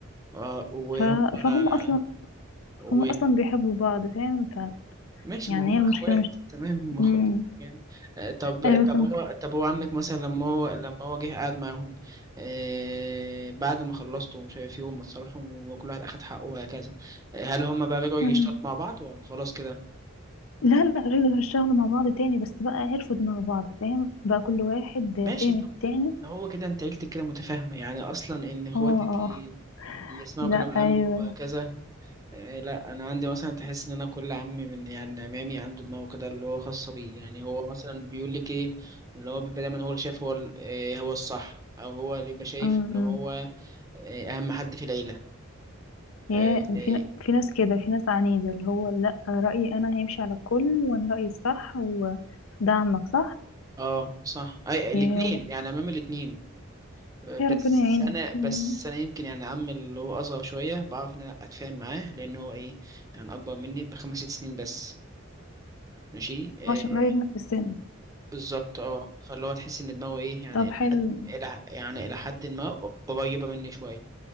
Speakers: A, on the right; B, on the left.
A: اه وهم
B: ف... فهم
A: آه،
B: اصلا
A: و...
B: هم اصلا بيحبوا بعض فاهم ف...
A: ماشي
B: يعني
A: ما هم
B: هي المشكله
A: اخوات
B: مش
A: تمام هم اخوات
B: مم.
A: يعني آه، طب
B: ايوه
A: طب
B: فاهم
A: هو طب هو عمك مثلا لما هو لما هو جه قعد معاهم آه، بعد ما خلصتوا ومش عارف ايه وهم اتصالحوا وكل واحد اخد حقه وهكذا آه، هل هم بقى رجعوا يشتغلوا
B: مم.
A: مع بعض ولا خلاص كده
B: لا لا رجعوا هيشتغلوا مع بعض تاني بس بقى عرفوا دماغ بعض فاهم بقى كل واحد
A: ماشي
B: فاهم
A: طب
B: التاني
A: ده هو كده انت عيلتك كده متفاهمة يعني اصلا ان اخواتك
B: اه اه
A: ي- يسمعوا
B: لا
A: كلام
B: ايوه
A: عمك وهكذا
B: لا.
A: إيه لا انا عندي مثلا تحس ان انا كل عم من يعني عمامي عنده دماغه كده اللي هو خاصة بيه يعني هو مثلا بيقول لك ايه اللي هو بيبقى دايما هو اللي شايف هو ال- إيه هو الصح او هو اللي بيبقى شايف
B: مم،
A: ان
B: مم.
A: هو إيه اهم حد في العيلة
B: يا
A: إيه- إيه،
B: في ن- في ناس كده في ناس عنيدة اللي هو لا رأيي أنا هيمشي على الكل وأنا رأيي الصح ودعمك صح
A: اه صح اي الاتنين
B: يا رب
A: يعني عمام الاتنين بس
B: يا ربنا يعينك
A: انا بس
B: مم.
A: انا يمكن يعني عمي اللي هو اصغر شويه بعرف ان انا اتفاهم معاه لان هو ايه يعني اكبر مني بخمس ست سنين بس ماشي آه
B: عشان قريب منك في السن
A: بالظبط اه فاللي هو تحس ان دماغه ايه يعني
B: طب
A: الى
B: حلو
A: حد الى يعني الى حد ما قريبه مني شويه